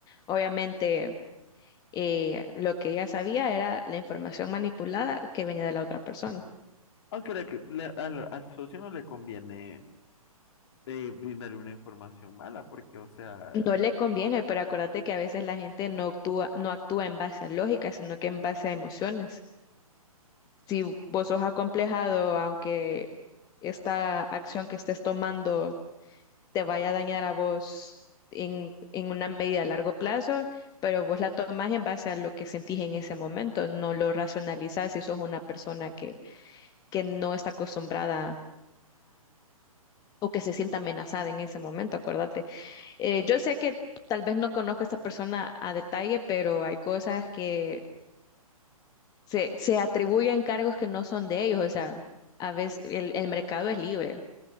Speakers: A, on the left; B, on the left.
A: obviamente. eh, lo que ella sabía era la información manipulada que venía de la otra persona.
B: Aunque la que- le- al, al socio no le conviene eh, brindarle una información mala, porque, o sea,
A: No le conviene, pero acuérdate que a veces la gente no actúa, no actúa en base a lógica, sino que en base a emociones. Si vos sos acomplejado, aunque esta acción que estés tomando te vaya a dañar a vos en, en una medida a largo plazo, pero vos la tomás en base a lo que sentís en ese momento, no lo racionalizás si sos una persona que, que no está acostumbrada o que se sienta amenazada en ese momento, acuérdate. Eh, yo sé que tal vez no conozco a esta persona a detalle, pero hay cosas que se, se atribuyen cargos que no son de ellos, o sea, a veces el, el mercado es libre.